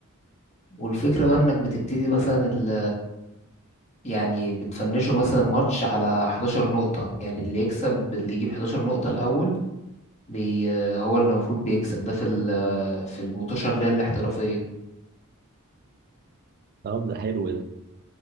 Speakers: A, on the left; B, on the right.
A: والفكرة بقى انك بتبتدي مثلا ال يعني بتفنشوا مثلا الماتش على 11 نقطة يعني اللي يكسب اللي يجيب 11 نقطة الأول بي هو اللي المفروض بيكسب ده في ال- آه، في المطوشة اللي هي الاحترافية
B: طب ده حلو ده